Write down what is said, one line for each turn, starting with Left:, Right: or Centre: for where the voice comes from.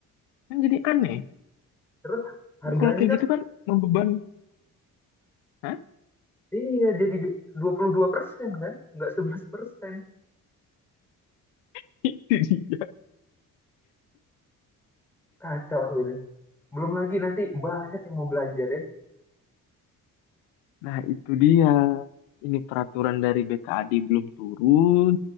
Left: Kan jadi aneh.
Centre: terus harganya
Left: Lu Kalau kayak
Centre: kan
Left: gitu kan membeban. Hah?
Centre: iya jadi dua dua puluh dua persen kan nggak sebelas persen
Left: <laughs> Itu dia.
Centre: kacau ini belum lagi nanti banyak yang mau belanja deh
Left: Nah, itu dia. Ini peraturan dari BKAD belum turun.